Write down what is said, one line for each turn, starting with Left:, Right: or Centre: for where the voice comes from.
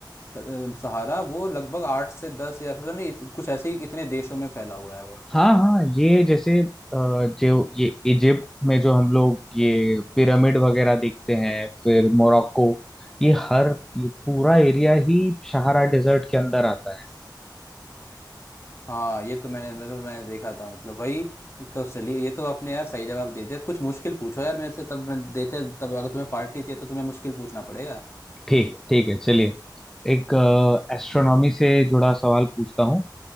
Left: त- अ, सहारा वो लगभग आठ से दस या फिर नहीं इत- कुछ ऐसे ही इतने देशों में फैला हुआ है वो
Centre: हाँ हाँ ये जैसे अ, जो ये इजिप्ट में जो हम लोग ये पिरामिड वगैरह देखते हैं फिर मोरक्को ये हर ये पूरा एरिया ही सहारा डेजर्ट के अंदर आता है
Left: हाँ ये तो मैंने मैं तो मैंने देखा था मतलब वही ये तो चलिए ये तो आपने यार सही जवाब दे दिया कुछ मुश्किल पूछो यार मेरे से तब मैं देखे तब अगर तुम्हें पार्टी चाहिए तो तुम्हें मुश्किल पूछना पड़ेगा
Centre: ठीक ठीक है चलिए एक एस्ट्रोनॉमी से जुड़ा सवाल पूछता हूँ